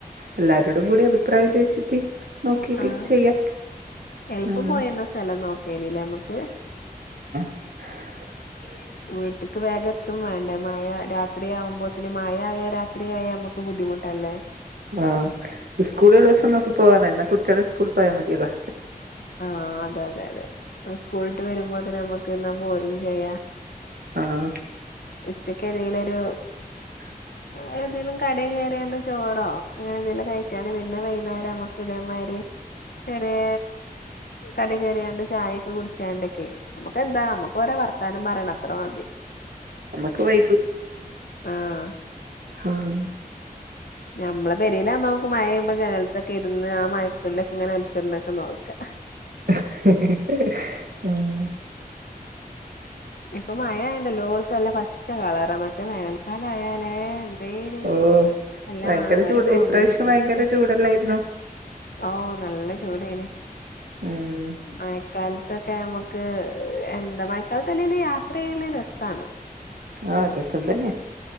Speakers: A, on the right (about 75°); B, on the left (about 75°).
A: എല്ലാരോടും കൂടി അഭിപ്രായം ചോദിച്ചിട്ട്. നോക്കീട്ട്
B: ആഹ്
A: ചെയ്യാം
B: എള്പ്പം
A: ഉം
B: പോയിര്ന്ന സലം നോക്കേനില്ലേ നമ്മക്ക്.
A: <inaudible>
B: വീട്ട്ക്ക് വേഗത്തും വേണ്ടേ മഴ രാത്രിയാവുമ്പോത്ത്ന് മഴ ആയ രാത്രിയായ നമ്മക്ക് ബുദ്ധിമുട്ടല്ലേ.
A: ആഹ് സ്കൂളുള്ള ദിസം നോക്കി പോവാന്ന എന്ന കുട്ടികളെ സ്കൂൾ പോയാ മതിയല്ലേ.
B: ആഹ് അതെ അതെ അതെ സ്കൂള്ട്ട് വരുമ്പോത്തിന് നമ്മക്ക് ഇന്നാ പോരും ചെയ്യാ.
A: ആഹ്
B: ഉച്ചക്ക് ഏതെങ്കിലെരു.
A: <inaudible>
B: പിന്നെ എതേലും കടേ കേറീണ്ട് ചോറോ അങ്ങനെ എന്തെലും കഴിച്ചാണ്ട് പിന്നെ വൈകുന്നേരം നമ്മക്ക് ഇതേ മാതിരി. തരെ കട കയറിയാണ്ട് ചായൊക്കെ കുടിച്ചാണ്ടൊക്കെ നമുക്ക്ന്താ നമുക്ക് ഒരേ വർത്താനം പറയണം അ ത്രറതി
A: നമ്മക്ക് വൈബ്
B: ആഹ്
A: ആഹ്.
B: ഞമ്മളെ പെരേലാവുമ്പ നമക്ക് മഴയുമ്പോ ജനൽത്തൊക്കെ ഇരുന്ന് ആ മയത്തുള്ളി ഒക്കെ ഇങ്ങെനെ ഒൽച്ചോര്ന്നൊക്കെ നോ ക്ക
A: ഉം
B: ഇപ്പ മഴ ആയൊണ്ട് എല്ലോട്ത്തും നല്ല പച്ച കളറ മറ്റ വേനൽക്കാല ആയാലേ എന്തേനി
A: ഉം
B: നല്ല
A: ഭയങ്കര
B: ആമരങ്ങൾ
A: ചൂട് ഇപ്രാവശ്യം
B: ഒണങ്ങി പിടിച്ച്
A: ഭയങ്കര ചൂടല്ലായിരുന്നോ
B: ഓ നല്ല ചൂടേനി
A: ഉം
B: മഴക്കാൽത്തൊക്കെ നമുക്ക് എന്താ മഴക്കാൽ ത്തലെല് യാത്ര ചെയ്യല് രസാണ്
A: ആ രസം തന്നെ